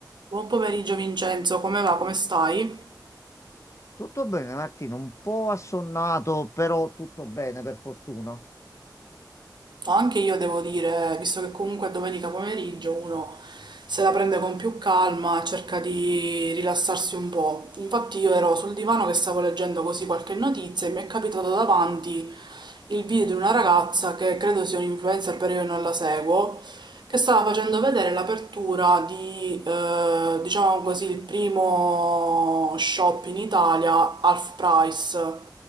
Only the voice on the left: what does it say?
Tutto bene, Martino, un po' assonnato, però tutto bene per fortuna.